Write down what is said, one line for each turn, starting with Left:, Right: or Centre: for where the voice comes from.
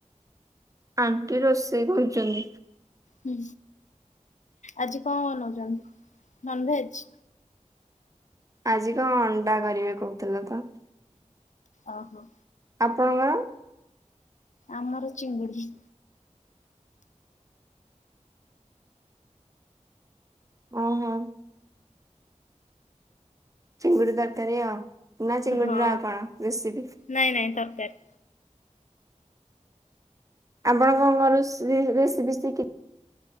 Right: ଆଣ୍ଟି ରୋଷେଇ କରୁଚନ୍ତି।
Left: ହୁଁ ଆଜି କଣ ବନଉଚନ୍ ନନଭେଜ୍?
Right: ଆଜି କଣ ଅଣ୍ଡା କରିବେ କୋହୁଥିଲେ ତ?
Left: ଅହୋ।
Right: ଆପଣଙ୍କର?
Left: ଆମର ଚିଙ୍ଗୁଡି।
Right: ଓ ହୋ। ଚିଙ୍ଗୁଡି ତରକାରୀ ଆଉ ନା ଚିଙ୍ଗୁଡିର
Left: ହଁ
Right: ଆଉ କଣ ରେସିପି?
Left: ନାଇଁ ନାଇଁ ତରକାରି।
Right: ଆପଣ କଣ କଣ ରେସି ରେସିପି ସିକି